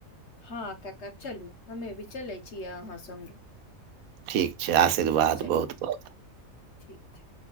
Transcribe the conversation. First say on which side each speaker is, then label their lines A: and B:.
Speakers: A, on the left (about 55°); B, on the right (about 85°).
A: हँ काका चलू हमे भी चले छियै अहाँ संगे
B: ठीक छै आशीर्वाद
A: चल
B: बहुत बहुत
A: ठीक ठीक